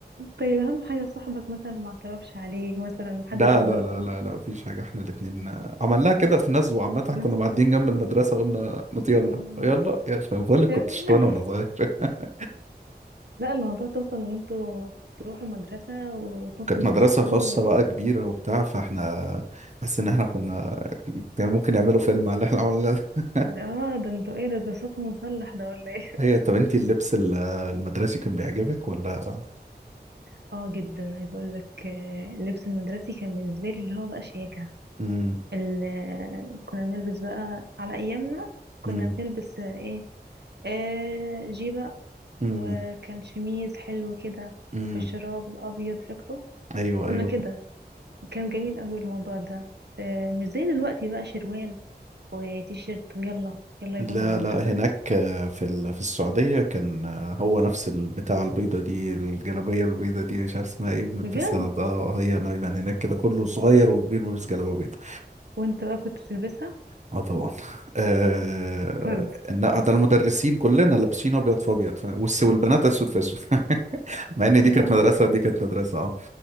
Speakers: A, on the right; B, on the right.
A: طيب اهم حاجة صاحبك مثلا ما اعترفش عليك مثلا محدش
B: لا
A: غدر
B: لا لا
A: بيك
B: لا لا مفيش حاجة احنا الاتنين آه، عملناها كده في نزوة عامة
A: نفس
B: كنا معديين جنب المدرسة قلنا ما ت- يلا
A: اه
B: يلا يلا <laughs> أنا بقول لك
A: <laughs>
B: كنت شطان
A: آه.
B: وانا صغير <laughs>
A: لا الموضوع توصل ان انتوا تروحوا المدرسة وتنطوا
B: كانت
A: من
B: مدرسة
A: السور
B: خاصة
A: و...
B: بقى كبيرة وبتاع فاحنا حاسس ان احنا كنا كان ممكن يعملوا فيلم على اللي احنا عملناه ده.
A: اه ده انتوا ايه ده ده صوته مسلح ده ولا ايه
B: هي طب انت اللبس ال- المدرسي كان بيعجبك ولا
A: <laughs> اه جدا عايزة اقول لك آه، اللبس المدرسي كان بالنسبة لي اللي هو بقى شياكة
B: امم
A: ال... آه، كنا بنلبس بقى على ايامنا كنا
B: امم
A: بنلبس آه، ايه آه جيبة
B: امم
A: وكان شميز حلو كده
B: أمم.
A: والشراب الابيض فاكره
B: ايوه
A: كنا
B: ايوه
A: كده كان جميل قوي الموضوع ده آه مش زي دلوقتي بقى شروال وتيشيرت ويلا يلا يا
B: لا
A: بابا على المدرسة
B: لا هناك آه، في ال- في السعودية كان آه، هو نفس البتاع البيضة دي الجلابية البيضة دي مش عارف اسمها ايه بنلبسها
A: بجد
B: اه هي انا بيبقى هناك كده كله صغير وكبير بيلبس جلابية بيضة
A: وانت بقى كنت بتلبسها
B: اه طبعا آه
A: فرد
B: إن- ده المدرسين كلنا لابسين ابيض في ابيض فاهم؟ والس- والبنات اسود في اسود <laughs> مع ان
A: بجد
B: دي كانت مدرسة
A: يعني
B: ودي كانت مدرسة اه